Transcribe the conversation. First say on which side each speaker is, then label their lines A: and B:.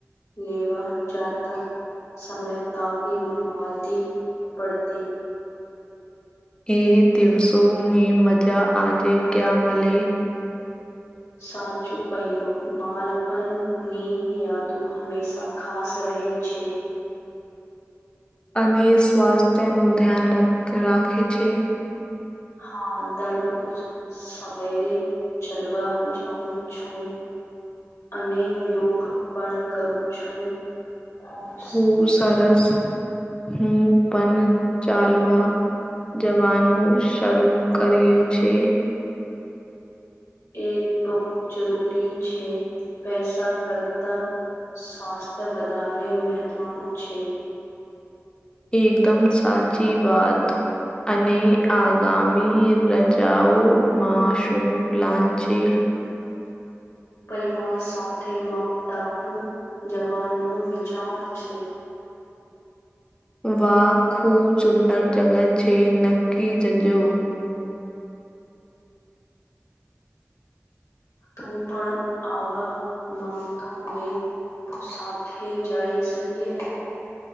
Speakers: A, on the left; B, on the left.
A: લેવા જાતા સમય કાફી મગવાતી પડતી.
B: એ દિવસોની મજા આજે ક્યા મળે
A: સાચું કહ્યું બાળપણની યાદો હંમેશાં ખાસ રહે છે
B: અને સ્વાસ્થ્ય નો ધ્યાન રાખે છે
A: હા દરરોજ સવયરે ચલવા જાઉં છું અને યોગ પણ કરું છું ખૂબ
B: ખુબ સરસ હું પણ ચાલવા જવાનું શરૂ કર્યું છે
A: એ બહ જરૂરી છે પૈસા કરતા સ્વાસ્થ્ય વધારે મહત્વનું છે
B: એકદમ સાચી વાત અને આગામી રજાઓમાં શું પ્લાન છે
A: પરિવાર સાથે માઉન્ટ ટાબુ જવાનો વિચાર છે
B: વાહ ખૂબ સુંદર જગહ છે નક્કી જજો
A: તું પણ આવા માંગતો હોય તો સાથે જઈ શકીએ